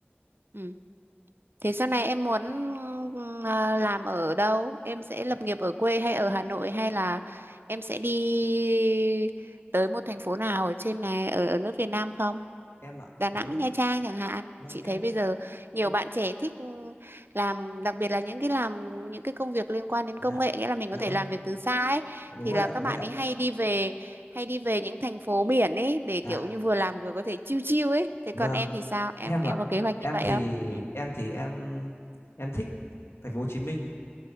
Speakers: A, on the right; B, on the left.
A: Ừ. Thế sau này em muốn ờ, làm ở đâu? Em sẽ lập
B: Em,
A: nghiệp ở quê hay ở Hà Nội hay là em sẽ đi tới một thành phố nào ở trên này ở ở nước Việt Nam không?
B: em ạ.
A: Đà Nẵng,
B: Đấy,
A: Nha Trang chẳng hạn.
B: vâng
A: Chị
B: em
A: thấy bây giờ nhiều bạn trẻ thích làm đặc biệt là những cái làm những cái công việc liên quan đến
B: dạ.
A: công nghệ nghĩa là mình
B: Dạ
A: có thể
B: vâng,
A: làm việc từ xa ấy
B: đúng
A: thì
B: rồi
A: là
B: ạ,
A: các
B: đúng
A: bạn
B: rồi ạ.
A: ấy hay đi về hay đi về những thành phố biển ấy để kiểu
B: Dạ,
A: như vừa làm vừa có thể chill chill ấy. Thế
B: vâng,
A: còn em thì sao? Em
B: em
A: em
B: ạ.
A: có kế hoạch như
B: Em
A: vậy
B: thì
A: không? Ừ.
B: em thì em em thích thành phố Hồ Chí Minh.